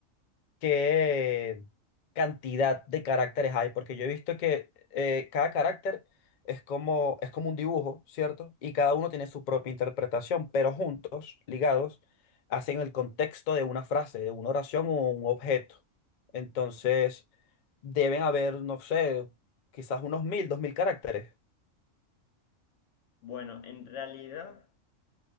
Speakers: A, on the left; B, on the left.
A: qué cantidad de caracteres hay, porque yo he visto que eh, cada carácter es como, es como un dibujo, ¿cierto? Y cada uno tiene su propia interpretación, pero juntos, ligados, hacen el contexto de una frase, de una oración o un objeto. Entonces, deben haber, no sé, quizás unos mil, dos mil caracteres.
B: Bueno, en realidad